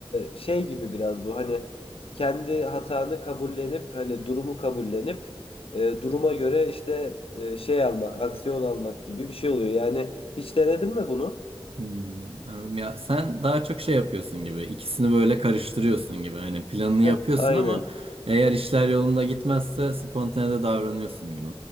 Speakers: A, on the left (about 85°); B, on the right (about 90°).
A: e, şey gibi biraz bu hani kendi hatanı kabullenip hani durumu kabullenip e, duruma göre işte e, şey almak, aksiyon almak gibi bir şey oluyor. Yani hiç denedin mi bunu?
B: Hmm, anladım. Ya sen daha çok şey yapıyorsun gibi, ikisini böyle karıştırıyorsun gibi. Hani planını
A: Heh,
B: yapıyorsun
A: aynen.
B: ama eğer işler yolunda gitmezse spontane de davranıyorsun gibi.